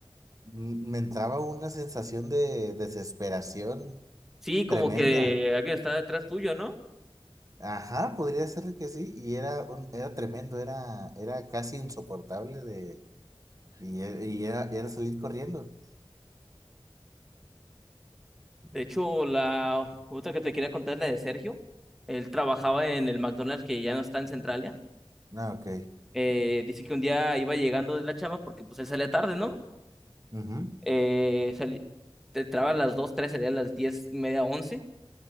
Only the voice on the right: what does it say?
m- me entraba una sensación de desesperación
Tremenda.
Ajá, podría ser que sí. Y era un, era tremendo, era, era casi insoportable de, y, e- y era, era salir corriendo.
Ah, ok.
Ujú.